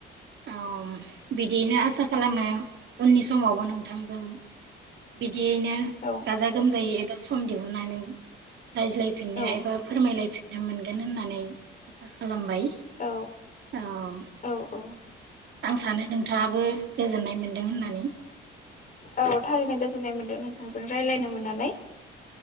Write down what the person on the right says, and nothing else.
औ बिदिनो आसा खालामो उननि समावबो नोंथांजों बिद बिदियैनो
गाजा गोमजायै एबा सम दिहुननानै रायज्लायफिननो
एबा फोरमायलायफिन थिनो मोनगोन होननानै आसा खालामबाय
औ
आं सानो नोंथाङाबो गोजोननाय मोनदों होननानै